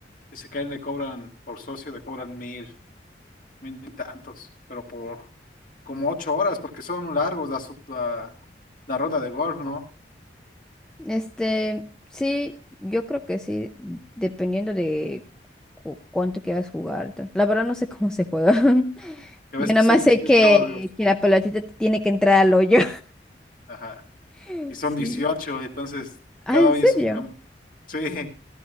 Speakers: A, on the left (about 50°); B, in the centre.
A: dice que a él le cobran por socio, le cobran mil, mil y tantos, pero por como ocho horas porque son largos la, su- la, la ronda de golf, ¿no?
B: Este, sí, yo creo que sí, dependiendo de cu- cuánto quieras jugar. tal. La verdad no sé <laughs> cómo se juega. <laughs>
A: Que
B: Yo
A: ves
B: nada
A: que son
B: más sé
A: 18
B: que,
A: hoyos,
B: que la pelotita tiene que entrar al hoyo.
A: ajá,
B: <laughs>
A: y son
B: Sí.
A: 18 entonces
B: Ah,
A: cada
B: ¿en
A: hoy
B: serio?
A: es un campo. Sí.